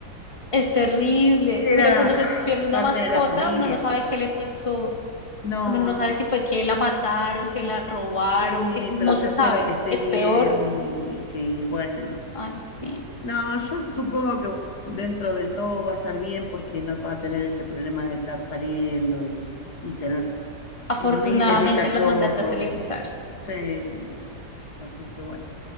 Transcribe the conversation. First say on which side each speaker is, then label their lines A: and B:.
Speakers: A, on the left; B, on the left.
A: es terrible. Mira,
B: era
A: cuando se pierde una
B: parte
A: mascota,
B: de la familia.
A: uno no sabe qué le pasó.
B: No,
A: Uno no
B: no,
A: sabe si fue que la mataron, que la robaron,
B: sí,
A: que no
B: pero yo
A: se sabe.
B: espero que esté
A: Es
B: bien
A: peor.
B: y, y que, bueno,
A: Ay, sí.
B: No, yo supongo que dentro de todo va a estar bien porque no va a tener ese problema de estar pariendo y, y tener
A: Afortunadamente
B: miles de cachorros.
A: la mandaste a esterilizar.
B: Sí, sí, sí, sí. Así que bueno,